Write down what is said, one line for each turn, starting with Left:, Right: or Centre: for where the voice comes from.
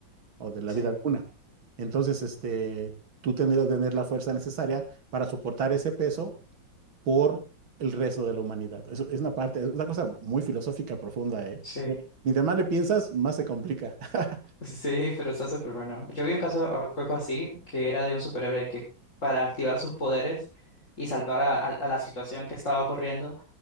Right: o de la
Left: sí,
Right: vida de una. Entonces, este, tú tendrías que tener la fuerza necesaria para soportar ese peso por el resto de la humanidad. Eso es una parte, es una cosa muy filosófica profunda, ¿eh?
Left: sí. <laughs>
Right: Mientras más le piensas, más se complica. <laughs>
Left: Sí, pero está súper bueno. Yo vi un caso, a- algo así, que era de un superhéroe que para activar sus poderes y salvar a, a- a la situación que estaba ocurriendo,